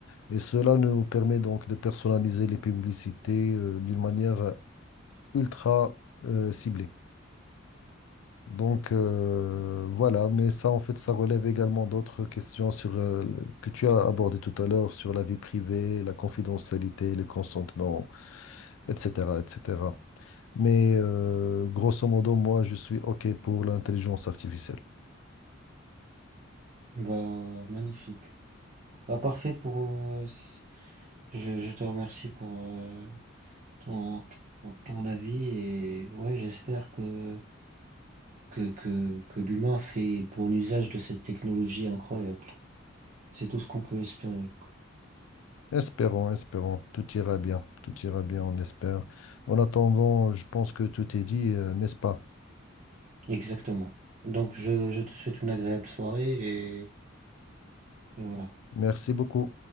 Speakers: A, on the left; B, on the right.
A: Et cela nous permet donc de personnaliser les publicités, euh, d'une manière ultra, euh, ciblée. Donc euh, voilà, mais ça en fait, ça relève également d'autres questions sur, euh, que tu as abordées tout à l'heure sur la vie privée, la confidentialité, le consentement, etc., etc. Mais euh, grosso modo, moi, je suis OK pour l'intelligence artificielle.
B: Bah, magnifique. Bah, parfait pour, euh, c- je, je te remercie pour, euh, ton, ton avis et ouais, j'espère que que, que, que l'humain fait bon usage de cette technologie incroyable. C'est tout ce qu'on peut espérer.
A: Espérons, espérons. Tout ira bien. Tout ira bien, on espère. En attendant, je pense que tout est dit, euh, n'est-ce pas?
B: Exactement. Donc je, je te souhaite une agréable soirée et, et voilà.
A: Merci beaucoup.